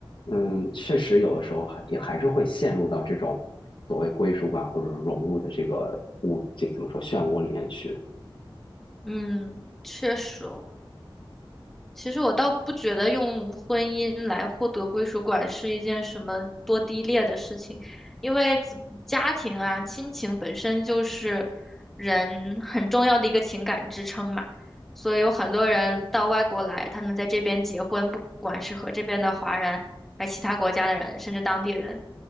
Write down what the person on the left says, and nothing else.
嗯，确实有的时候还也还是会陷入到这种所谓归属感或者是融入的这个物这怎么说漩涡里面去。